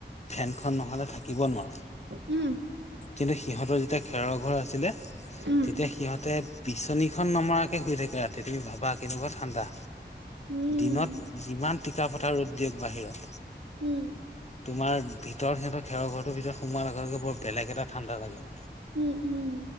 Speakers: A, on the left; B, on the right.
A: ফেনখন নহ'লে থাকিব নোৱাৰো।
B: উম'।
A: কিন্তু সিহঁতৰ যেতিয়া খেৰৰ ঘৰ আছিলে।
B: উম উম
A: তেতিয়া সিহঁতে বিচনীখন নমাৰৰাকে শুই থাকে ৰাতি, তুমি ভাবা কেনেকুৱা ঠাণ্ডা।
B: উম'।
A: দিনত যিমান টীকা ফটা ৰ'দ দিয়ক বাহিৰত
B: উম
A: তোমাৰ ভিতৰত সিহঁতৰ খেৰৰ ঘৰটোৰ ভিতৰত সোমোৱাৰ নগকে বৰ বেলে এটা ঠাণ্ডা লাগে মানে।
B: উম উম উম